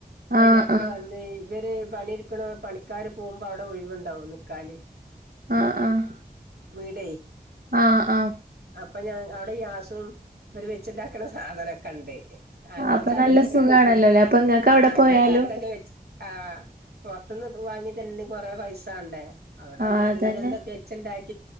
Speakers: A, on the right; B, on the right.
A: വയനാട്ടില്
B: ആഹ് ആഹ്
A: വന്ന് ഇവര് പണി ഇരിക്കണ് പണിക്കാാര് പോകുമ്പോ അവിടെ ഒഴിവുണ്ടാവും നിക്കാന്
B: ആഹ് ആഹ്
A: വീടേ
B: ആഹ് ആഹ്
A: അപ്പൊ ഞാ അവിടെ ഗ്യാസും അവര് വെച്ചുണ്ടാക്കണ സാധനമൊക്കെ ഉണ്ടേ ആ എല്ല
B: അപ്പൊ
A: സ്ഥലത്തൊക്കെ
B: നല്ല സുഖാണല്ലോല്ലേ അപ്പൊ ഇങ്ങക്ക് അവിടെ
A: ആഹ് എല്ലാ
B: പോയാലും
A: സ്ഥലത്തൊക്കെ വെച്ച് ആ പൊറത്തുന്ന് ഇത് വാങ്ങി തിന്നണേൽ കൊറെ പൈസ വേണ്ടേ അവിടെന്നാ
B: ആഹ്
A: ഉള്ളത്
B: അതന്നെ
A: എന്തൊക്കെ വെച്ച്ണ്ടാക്കി